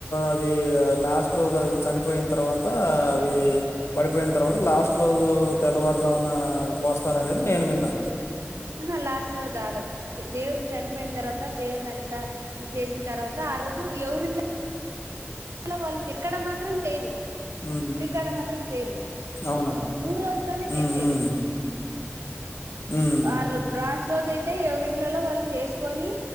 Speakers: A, on the left; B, on the right.
A: అది లాస్ట్ రోజు అవి చనిపోయిన తర్వాత అవి పడిపోయిన తర్వాత లాస్ట్ రోజు తెల్లవారుజామున కోస్తార అనేది నేను విన్నా
B: ఆ లాస్ట్ రోజు ఆడదు దేవుడు చనిపోయిన తర్వాత దేవుని అంతా చేసిన తర్వాత ఆ రోజు జు ఎవరి ఇం ట్లో వాళ్ళు ఎక్కడ మాత్రం చేయరు
A: హ్మ్.
B: గుడికాడ మాత్రం చేయరు
A: అవునా?
B: మూడు రోజుల్లోనే
A: హ్మ్.
B: చేసేది
A: హ్మ్. హ్మ్.
B: ఆ రో లాస్ట్ రోజ అయితే ఎవరి ఇళ్లలో వాళ్ళు చేసుకొని